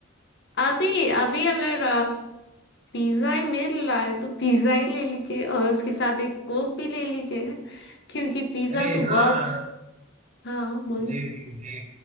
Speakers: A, on the left; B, on the right.
A: अभी अभी अगर पिज्जा ही मिल रहा है तो पिज्जा ही ले लीजिए और उसके साथ एक कोक भी ले लीजिए क्योंकि पिज्जा
B: अरे
A: तो बहुत
B: हाँ
A: हाँ बोलिए
B: जी जी जी